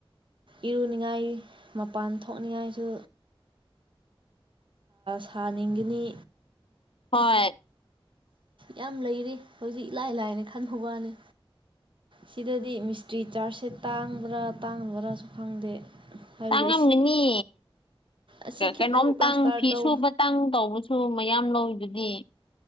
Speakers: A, on the right; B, on the left.
A: ꯏꯔꯨꯅꯤꯉꯥꯏ ꯃꯄꯥꯟ ꯊꯣꯛꯅꯤꯡꯉꯥꯏꯁꯨ ꯁꯥꯅꯤꯡꯒꯅꯤ
B: ꯍꯣꯏ
A: ꯌꯥꯝ ꯂꯩꯔꯤ ꯍꯧꯖꯤꯛ ꯏꯂꯥꯏ ꯂꯥꯏꯅ ꯈꯟꯕ ꯋꯥꯅꯤ ꯁꯤꯗꯗꯤ ꯃꯤꯁꯇ꯭ꯔꯤ ꯆꯥꯔꯖꯁꯦ ꯇꯥꯡꯕ꯭ꯔꯥ ꯇꯥꯡꯕ꯭ꯔꯥꯁꯨ ꯈꯪꯗꯦ ꯍꯥꯏꯕꯗꯤ
B: ꯇꯥꯡꯉꯝꯒꯅꯤ
A: ꯑꯁꯤ ꯈꯤꯇꯪ
B: ꯀꯩꯅꯣꯝꯇꯪ
A: ꯄ꯭ꯂꯥꯁꯇꯔ
B: ꯐꯤ
A: ꯇꯧ
B: ꯁꯨꯕ ꯇꯥꯡ ꯇꯧꯕꯁꯨ ꯃꯌꯥꯝ ꯂꯧꯋꯤꯗꯨꯗꯤ